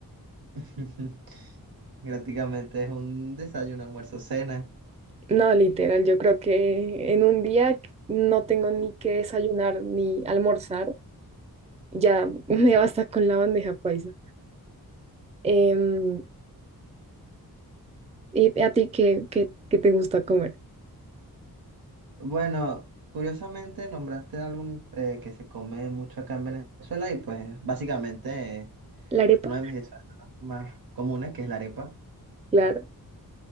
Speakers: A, on the right (about 70°); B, on the right (about 20°).
A: <laughs> Prácticamente es un desayuno, almuerzo, cena.
B: No, literal, yo creo que en un día no tengo ni que desayunar ni almorzar, ya <laughs> me basta con la bandeja paisa. Em, ¿y a ti qué, qué, qué te gusta comer?
A: Bueno, curiosamente nombraste algo eh, que se come mucho acá en Venezuela y pues básicamente eh,
B: ¿La arepa?
A: uno de mis desayunos más comunes que es la arepa.
B: Claro,